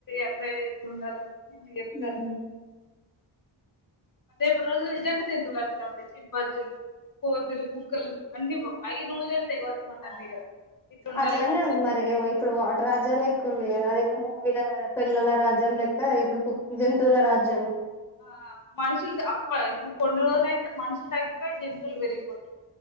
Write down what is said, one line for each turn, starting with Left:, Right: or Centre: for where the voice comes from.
Left: ఎట్లా ఎ ఉండాలి మీ చెప్తారు
Centre: ఉహు
Left: రేపు రోజులు జంగ జంతువుల అ ఉంటాయి సింపజజులు కోతులు కుక్కలు అన్ని అయి రూల్ చేస్తాయి కావచ్చు మనల్ని ఇగ ఇట్లుండాలి
Centre: అట్లనే
Left: ఇట్లుండొద్దు
Centre: అండి మరి ఇప్పుడు వాట రాజ్యాలు ఎక్కువ ఉన్నా అదేదో మూ వీళ్ళ పిల్లల రాజ్యం లెక్క ఇప్పుడు జంతూవులా రాజ్యము
Left: ఆ మనుషులకి అప్ప కొన్ని రోజులు అయితే మనుషులు తగ్గిపోయి జంతువులు పెరిగిపోతాయి